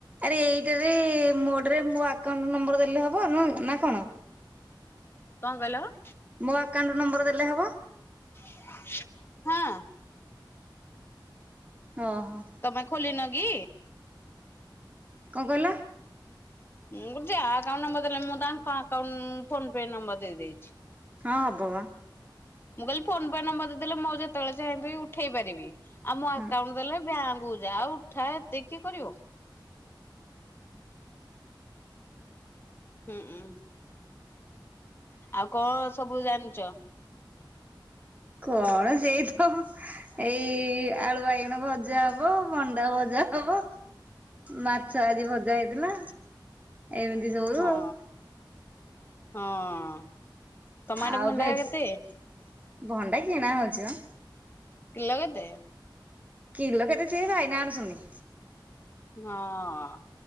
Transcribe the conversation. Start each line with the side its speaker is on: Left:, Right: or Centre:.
Right: ଆରେ ଏଇଟାରେ ମୋଟରେ ମୋ ଆକାଉଣ୍ଟ ନମ୍ବର ଦେଲେ ହବ ନ ନା କଣ।
Left: କଣ କହିଲ ହଁ?
Right: ମୋ ଆକାଉଣ୍ଟ ନମ୍ବର ଦେଲେ ହବ?
Left: <unintelligible> ହଁ
Right: ଓଁ ହୋ
Left: ତମେ ଖୋଲିନ କି?
Right: କଣ କହିଲ?
Left: ମୁଁ ଯା ଆକାଉଣ୍ଟ ନମ୍ବର ଦେଲେ, ମୁଁ ତାଙ୍କ ଆକାଉଣ୍ଟ ଫୋନ ପେ ନମ୍ବର ଦେଇେଇଛି।
Right: ହଁ ହବ ବା।
Left: ମୁଁ କହିଲଲି ଫୋନ ପେ ନମ୍ବର ଦେଇଦେଲେ ମୁଁ ଯେତେବେଳେ ଚାହିଁବି ଉଠେଇ ପାରିବି। ଆଉ ମୋ ଆକାଉଣ୍ଟ
Right: ହଁ
Left: ଦେଲେ ବ୍ୟାଙ୍କ କୁ ଯା ଉଠା ଏତେ କିଏ କରିବ। ହୁଁ ଉଁ ଆଉ କଣ ସବୁ ଜାଣିଛ?
Right: କଣ ସେଇ ତ ଏଇ ଆଳୁ ବାଇଗଣ ଭଜା ହବ ଭଣ୍ଡା ଭଜା ହବ ମାଛ ଆଜି ଭଜା ହେଇଥିଲା ଏମିତି ସବୁ
Left: ହଁ
Right: ଆଉ
Left: ହଁ ତମ ଆଡେ
Right: ଆଉ
Left: ଭଣ୍ଡା
Right: <unintelligible>
Left: କେତେ
Right: ଭଣ୍ଡା କିଣା ହଉଛି ବା
Left: କିଲୋ କେତେ?
Right: କିଲୋ କେତେ ସେଇ ଭାଇନା ଆଣୁଛନ୍ତି
Left: ହଁ ଅଁ